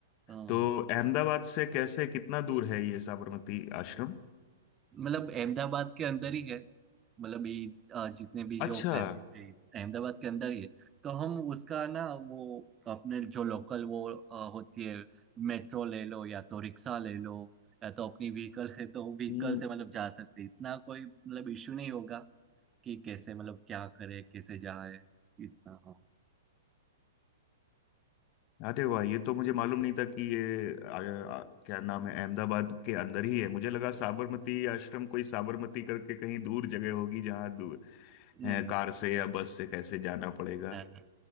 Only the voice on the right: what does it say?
हाँ।
मतलब अहमदाबाद के अंदर ही है मतलब ये अ, जितने भी जो
प्लेसेस है अहमदाबाद के अंदर ही है तो हम उसका ना वो अपने जो लोकल वो अ, होती है मेट्रो ले लो या तो रिक्शा ले लो या तो अपनी व्हीकल है तो व्हीकल
से मतलब जा सकते हैं। इतना कोई मतलब इश्यू नहीं होगा कि कैसे मतलब क्या करे कैसे जाए इतना हाँ
नहीं
नहीं
ना ना